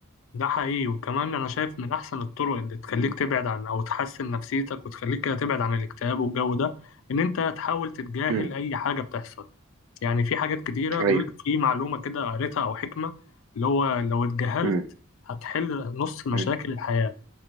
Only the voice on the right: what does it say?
امم
ايوه
امم
امم